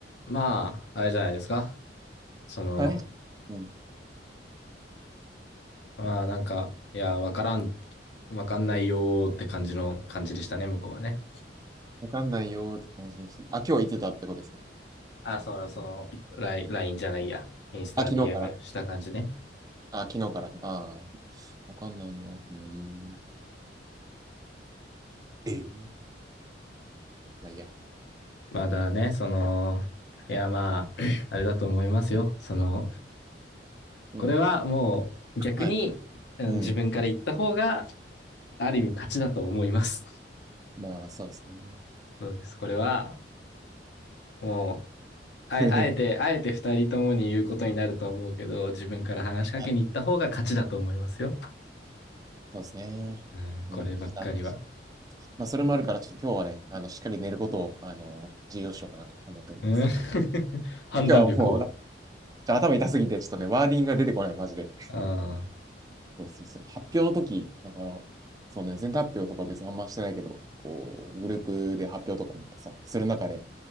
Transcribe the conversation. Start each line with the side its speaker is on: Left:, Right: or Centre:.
Left: まあ、あれじゃないですか。その、
Right: はい。うん。
Left: まあなんか、いや、わからん、わかんないよーって感じの感じでしたね、向こうはね。
Right: わかんないよーって感じです。あ、今日行ってたってことですか
Left: あ、その、その、ライン、LINE じゃないや。インスタ
Right: あ、昨日から。
Left: DM した感じね。
Right: あ、昨日からね。ああ、わかんないよ。うーん。ええ。まあいいや。
Left: まだね、その、いや、まあ、<clears throat> あれだと思いますよ。その、
Right: うん。
Left: これはもう逆に、
Right: はい。
Left: うん自分から言った方が、
Right: うん。
Left: ある意味勝ちだと思います。
Right: まあ、そうですね。
Left: そうです。これは、もあ、
Right: <laughs>
Left: あえて、あえて二人ともに言うことになるとは思うけど、自分から話しかけに行った方が勝ちだと思いますよ。
Right: はい。そうですね。
Left: うん、こればっかりは。
Right: まあ、したまあ、それもあるから、ちょっと今日はね、あの、しっかり寝ることを、あの、重要視しようかなと思っております。
Left: うん <laughs> 判断力を。
Right: 今日はもう、ちょっと頭痛すぎて、ちょっとね、ワーディングが出てこない、マジで。
Left: ああ、
Right: そうそうそう。発表の時、だから、そうね、全体発表とか別にあんましてないけど、こう、グループで発表とかもやっぱさ、する中で、